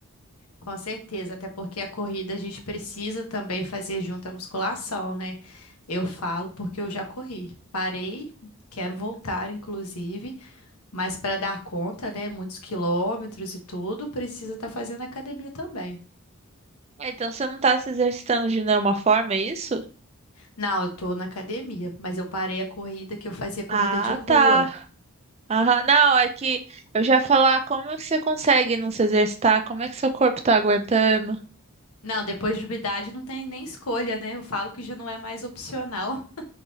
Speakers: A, on the left; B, on the right.
A: Com certeza, até porque a corrida a gente precisa também fazer junto a musculação, né? Eu falo porque eu já corri. Parei, quero voltar, inclusive, mas para dar conta, né, muitos quilômetros e tudo, precisa estar fazendo academia também.
B: Ah, Então você não tá se exercitando de nenhuma forma, é isso?
A: Não, eu tô na academia, mas eu parei a corrida que eu fazia corrida
B: Ah,
A: de rua.
B: tá. Aham, Não, é que eu já ia falar como é que você consegue não se exercitar, como é que seu corpo tá aguentando.
A: Não, depois de uma idade não tem nem escolha, né? Eu falo que já não é mais opcional,